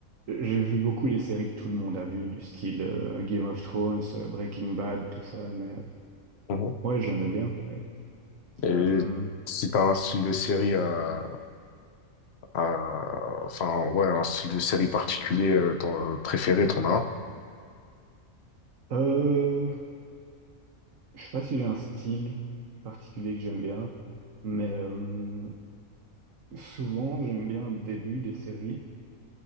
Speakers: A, on the right (about 70°); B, on the left (about 55°).
A: euh, j'ai vu beaucoup les séries que tout le monde a vues, du style euh, Game of Thrones, euh, Breaking Bad, tout ça. Mais euh,
B: Mhm.
A: ouais, j'aimais bien. ouais.
B: Et
A: Euh,
B: si t'as un style de série à Euh, Enfin, ouais, un style de série particulier euh, t'en- préféré, t'en as un?
A: Euh, je sais pas si j'ai un style particulier que j'aime bien, mais euh, souvent j'aime bien le début des séries,